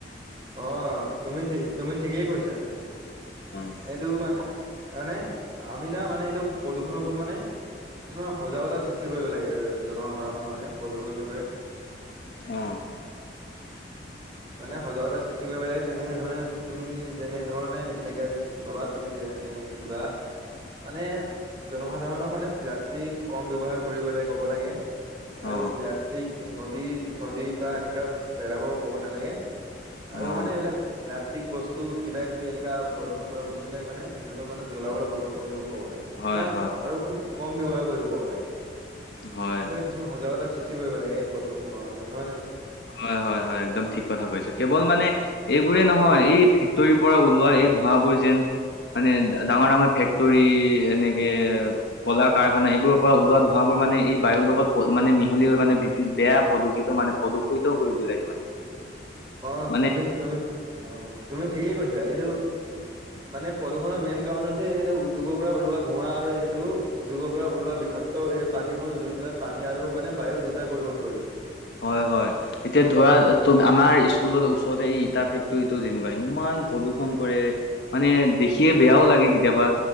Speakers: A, on the right; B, on the left.
A: অ' তুমি তুমি ঠিকেই কৈছা।
B: অ',
A: এইটো মানে, মানে আমি না মানে এইটো প্ৰদূষণৰ ওপৰত মানে। কিছুমান সজাগতা সৃষ্টি কৰিব লাগে। জনসাধাৰণক মানে প্ৰদূষণৰ বিষয়ে
B: অ'।
A: মানে সজাগতা সৃষ্টি কৰিব লাগে, যেনেধৰণে তুমি যেনেধৰণে এনেকে ভাবা তুমি যে। এ এনে কিবা। মানে জনসাধাৰণক মানে, প্লাষ্টিক কম ব্যৱহাৰ কৰিবলৈ ক'ব লাগে। আৰু
B: অ',
A: প্লাষ্টিক নদী-নদী বা এনেকুৱা পেলাব ক'ব নালাগে। আৰু
B: অ',
A: মানে এইবিলাক প্লাষ্টিক। বস্তু কিবাকিবি এনেকুৱা প্ৰদূষণ কৰা বস্তুবিলাক মানে, সিহঁতৰ মানে জ্বলাবলৈ বন্ধ কৰিব। আৰু
B: হয়, হয়, হয়,
A: খুব কম ব্যৱহাৰ কৰিব ক'ব লাগে।
B: হয়।
A: এনেকে কিছুমান সজাগতা সৃষ্টি কৰিব লাগে। এই প্ৰদূষণ কমাবলৈ নহয় নে?
B: হয় হয় হয়। একদম ঠিক কথা কৈছে। কেৱল মানে এইবোৰে নহয়, এই ফেক্টৰীৰ পৰা ওলোৱা এই ধোঁৱাবোৰ যেন। মানে ডাঙৰ-ডাঙৰ ফেক্টৰী, এনেকে কলা-কাৰখানা, এইবোৰৰ পৰা ওলোৱা ধোৱাবোৰ মানে এই বায়ুৰ লগত মানে মিহলি হৈ মানে। বেয়া প্ৰদূষিত মানে, প্ৰদূষিত কৰিবলৈ লাগিছে মানে
A: অ'
B: মানে
A: তুমি তুমি, অ' তুমি ঠিকেই কৈছা। এইটো মানে প্ৰদূষণৰ মেইন কাৰণ হৈছে এইটো উদ্যোগৰ পৰা ওলোৱা ধোঁৱা আৰু এইটো উদ্যোগৰ পৰা ওলোৱা বেক্ট খাতো, এই পানীবোৰ জুই মেলাই পানী আৰু মানে বায়ু দুটাই প্ৰদূষণ কৰিছে।
B: হয়-হয়, এতিয়া ধৰা তুমি আমাৰ স্কুলত ওচৰতে এই ইটা ফেক্টৰীটো যেনিবা ইমান প্ৰদূৰষণ কৰে, মানে দেখিয়ে বেয়াও লাগে। কেতিয়াবা,